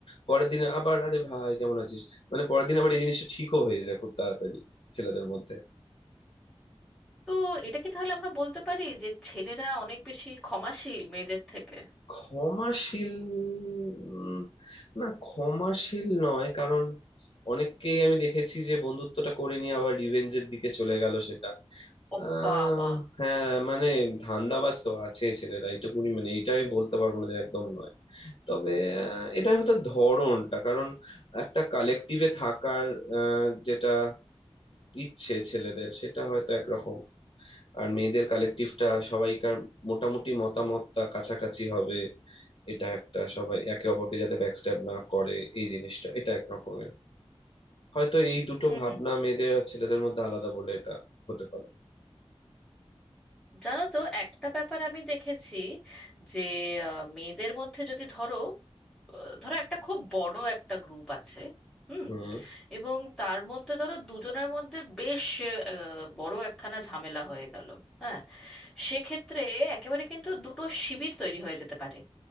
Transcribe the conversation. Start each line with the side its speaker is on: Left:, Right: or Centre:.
Left: পরের দিন আবার আরে ভাই কেমন আছিস মানে পরের দিন আবার এই জিনিসটা ঠিকও হয়ে যায় খুব তাড়াতাড়ি ছেলেদের মধ্যে
Centre: তো এটা কি তাহলে আমরা বলতে পারি যে ছেলেরা অনেক বেশি ক্ষমাশীল মেয়েদের থেকে
Left: ক্ষমাশীল উম, না ক্ষমাশীল নয় কারণ অনেককেই আমি দেখেছি যে বন্ধুত্বটা করে নিয়ে আবার রিভেঞ্জের দিকে চলে গেল সেটা
Centre: ও
Left: আহ
Centre: বাবা
Left: হ্যাঁ মানে ধান্দাবাজ তো আছে ছেলেরা এইটুকুনি মানে এইটা আমি বলতে পারবো না যে একদম নয় তবে আহ, এটার হয়তো ধরনটা কারণ একটা কালেকটিভে থাকার আহ, যেটা ইচ্ছে ছেলেদের সেটা হয়তো একরকম আর মেয়েদের কালেকটিভটা সবাইকার মোটামুটি মতামতটা কাছাকাছি হবে এটা একটা সবাই একে অপরকে যাতে ব্যাকস্ট্যাব না করে এই জিনিসটা এটা একরকমের হয়তো এই দুটো
Centre: হুম
Left: ভাবনা মেয়েদের আর ছেলেদের মধ্যে আলাদা বলে এটা হতে পারে
Centre: জানো তো একটা ব্যাপার আমি দেখেছি যে আহ, মেয়েদের মধ্যে যদি ধরো আহ, ধরো একটা খুব বড় একটা গ্রুপ আছে হুম
Left: হুম
Centre: এবং তার মধ্যে ধরো দুজনের মধ্যে বেশ আহ, বড় একখানা ঝামেলা হয়ে গেল হ্যাঁ সেক্ষেত্রে একেবারে কিন্তু দুটো শিবির তৈরি হয়ে যেতে পারে